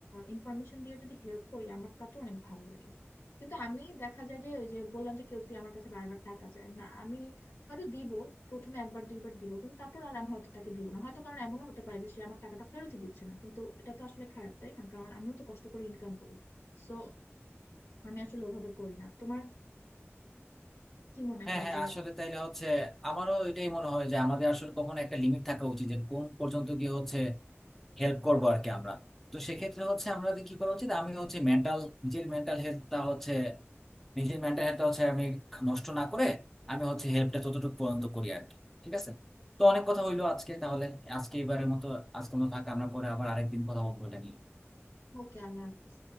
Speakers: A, on the left; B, in the centre.
A: ইনফরমেশন দিয়ে যদি হেল্প করি আমার তা তো অনেক ভালো লাগে কিন্তু আমি দেখা যায় যে ওই যে বললাম যে কেউ যদি আমার কাছে বারবার টাকা চায় না আমি হয়তো দিব প্রথমে একবার দুইবার দিব কিন্তু তারপর আর আমি হয়তো তাকে দিব না হয়তো কারণ এমনও হতে পারে যে সে আমার টাকাটা ফেরতই দিচ্ছে না কিন্তু এটা তো আসলে খারাপ তাই না কারণ আমিও তো কষ্ট করে ইনকাম করি সো আমি আসলে ওভাবে করি না তোমার কি মনে
B: হ্যাঁ
A: হয়
B: হ্যাঁ
A: যে
B: আসলে তাইলে হচ্ছে আমারও এটাই মনে হয় যে আমাদের আসলে কখনো একটা লিমিট থাকা উচিত যে কোন পর্যন্ত গিয়ে হচ্ছে হেল্প করবো আর কি আমরা তো সেক্ষেত্রে হচ্ছে আমাদের কি করা উচিত আমি হচ্ছে মেন্টাল নিজের মেন্টাল হেলথটা হচ্ছে নিজের মেন্টাল হেলথটা হচ্ছে আমি নষ্ট না করে আমি হচ্ছে হেল্পটা যতটুকু পর্যন্ত করি আর কি ঠিক আছে তো অনেক কথা হইলো আজকে তাহলে আজকে এবারের মতো আজকের মতো থাক আমরা পরে আবার আরেকদিন কথা বলবো এটা নিয়ে
A: ওকে আল্লাহ হাফেজ